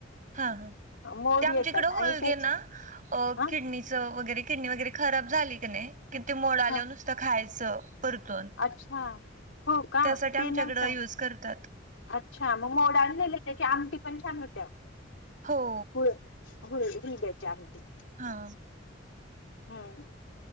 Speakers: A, on the right; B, on the left.
A: हा हं...
B: मोड
A: ते आमच्याकडं
B: येतात
A: हुलगे
B: आणि त्याच
A: ना... अं...
B: हा
A: किडनी चव वगैरे... किडनी वगैरे खराब झाली... क.... नई.... कि ते मोड आल्यावर
B: हा
A: नुसतं खायचं परतून...
B: अच्छा हो का
A: त्यासाठी
B: ते
A: आमच्याकडं
B: नव्हतं
A: यूज करतात.
B: अच्छा.... मग मोड आणलेले.... त्याची आमटी पण छान होती अवो
A: हो
B: होय... हुलग्याची आमटी.
A: हा.
B: हम्म.